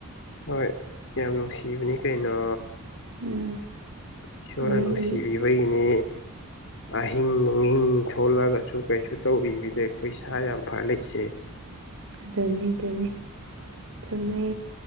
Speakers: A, on the left (about 60°); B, on the right (about 65°).
A: ꯍꯣꯏ ꯌꯥꯝ ꯅꯨꯡꯁꯤꯕꯅꯤ ꯀꯩꯅꯣ
B: ꯎꯝ
A: ꯏꯁꯣꯔꯅꯥ
B: ꯑꯗꯨꯒꯤ
A: ꯅꯨꯡꯁꯤꯕꯤꯕꯩꯅꯦ ꯑꯍꯤꯡ ꯅꯨꯡꯍꯤꯡ ꯊꯣꯛꯣꯂꯛꯒꯁꯨ ꯀꯩꯁꯨ ꯇꯧꯕꯕꯤꯗꯦ ꯑꯩꯈꯣꯏ ꯏꯁꯥ ꯌꯥꯝ ꯐꯥꯔꯥ ꯂꯩꯁꯦ
B: ꯑꯗꯨꯅꯤ ꯗꯨꯅꯦ ꯆꯨꯝꯃꯦ